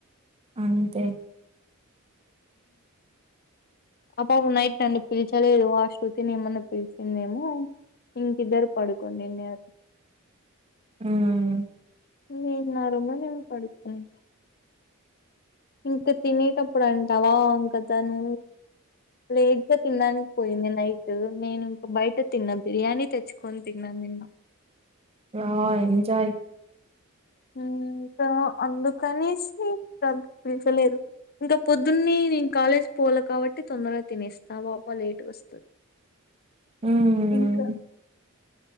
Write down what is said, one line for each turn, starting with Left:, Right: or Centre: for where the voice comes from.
Right: అంతే
Left: అబొవె నైట్ నన్ను పిలిచలేదు ఆ శృతిని ఎమన్నా పిలిచిందేమో ఇంకిద్దరు పడుకోండిన్నారు.
Right: మ్మ్
Left: ఉమ్ నా రూమ్ లో నేను పడుకున్ ఇంక తినేటప్పుడు అంటావా ఇంక తను లేట్గా తినడానికి పోయింది నైటు, నేను ఇంక బయట తిన్న బిర్యానీ తెచ్చుకొని తిన్నాను నేను
Right: వావ్ ఎంజాయ్.
Left: ఉమ్ ఇంకా అందుకనేసి ప్రగ్ పిలిచలేదు ఇంక పోదున్నే నేను కాలేజ్ పోలే కావటి తొందరగా తినేస్తా వావ్వా లేటుగ వస్తది.
Right: మ్మ్
Left: ఇంకా